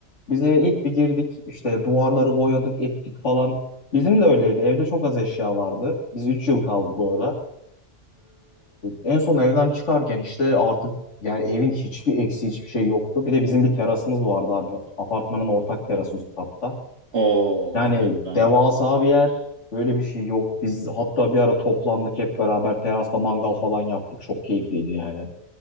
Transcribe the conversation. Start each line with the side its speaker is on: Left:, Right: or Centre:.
Left: Biz eve ilk bir girdik işte duvarları boyadık ettik falan. Bizim de öyleydi. Evde çok az eşya vardı. Biz 3 yıl kaldık orada. Ee, en son evden çıkarken işte artık yani evin hiçbir eksiği hiçbir şey yoktu. Bir de bizim bir terasımız vardı abi. Apartmanın ortak terası üst katta.
Right: <laughs>
Left: Yani
Right: Oo, güzel.
Left: devasa bir yer. Böyle bir şey yok. Biz hatta bir ara toplandık hep beraber terasta mangal falan yaptık. Çok keyifliydi yani.